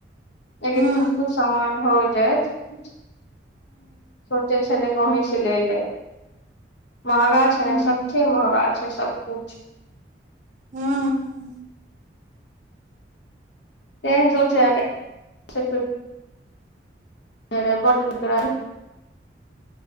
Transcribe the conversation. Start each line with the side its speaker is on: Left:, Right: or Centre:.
Left: लेकिन
Right: हूँ
Left: कुछ कुछ समान हो जाइत <unintelligible> सोचे छले गांव से ले लेब महंगा छै
Right: हूँ
Left: ने सकठे महंगा छै सब कछु
Right: <inaudible>
Left: <inaudible>